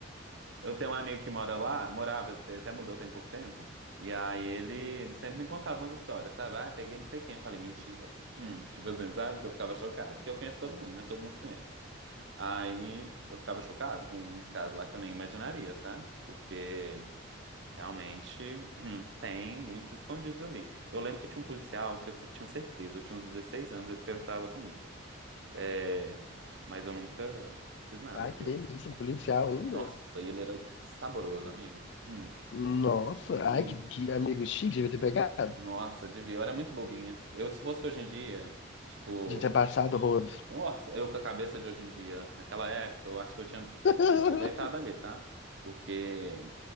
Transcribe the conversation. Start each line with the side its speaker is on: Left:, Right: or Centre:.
Right: eu tenho um amigo que mora lá, morava, até mudou tem pouco tempo. E aí ele, ele sempre me contava umas histórias, sabe? Ah, peguei não sei quem. Eu falei, mentira. Hum, tipo assim, sabe? Que eu ficava chocado. Porque eu conheço todo mundo, né? Todo mundo se conhece. Aí eu ficava chocado com uns casos lá que eu nem imaginaria, sabe? Porque realmente hum, tem muitos escondidos ali. Eu lembro que tinha um policial que eu t- tinha certeza, eu tinha uns 16 anos, ele flertava comigo. É, mas eu nunca fiz nada,
Left: Ai,
Right: porque.
Left: que delícia, um policial ainda.
Right: Nossa, e ele era saboroso, amigo. Hum,
Left: Nossa,
Right: juro.
Left: ai, que, que amigo chique, devia ter pegado.
Right: Nossa, devia. Eu era muito bobinha. Eu, se fosse hoje em dia, tipo,
Left: Devia ter passado o rodo.
Right: nossa, eu com a cabeça de hoje em dia, naquela época, eu acho que eu tinha,
Left: <laughs>
Right: tinha aproveitado ali, tá? Porque